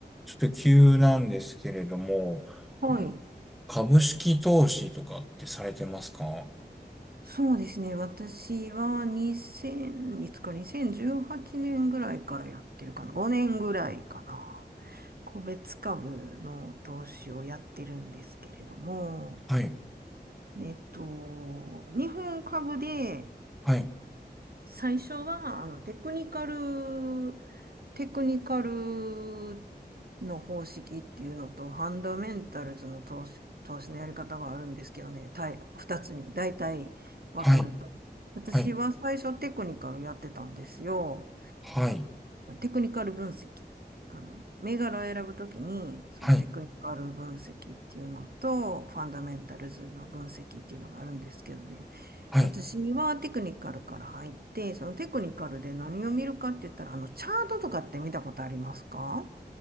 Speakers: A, in the centre; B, on the right.
A: ちょっと急なんですけれども、
B: はい。
A: あの株式投資とかってされてますかは
B: そうですね。私は2 0いつか2018年ぐらいからやってるかな。5年ぐらいかな。個別株の投資をやってるんですけれども、
A: い、
B: えっと、日本株で
A: はい、
B: 最初は、あの、テクニカル、テクニカルの方式っていうのと、ファンダメンタルズの投資、投資のやり方があるんですけどね、たい、二つに大体分けると。
A: はい、
B: 私は最初テクニカルやってたんですよ。
A: はい、はい、
B: テクニカル分析。あの、銘柄を選ぶときに、そのテクニカル分析っていうのと、
A: はい、
B: ファンダメンタルズの分析っていうのがあるんですけどね。
A: はい。
B: 私はテクニカルから入って、そのテクニカルで何を見るかって言ったら、あの、チャートとかって見たことありますか